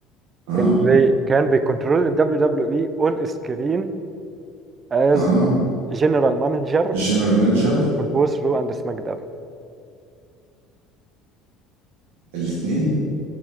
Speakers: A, on the right; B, on the right.
A: اه
B: اللي كان بيكنترول ال WWE اون سكرين از
A: اه
B: جنرال مانجر
A: الجنرال مانجر
B: فور بوث رو اند سماك داون
A: الاتنين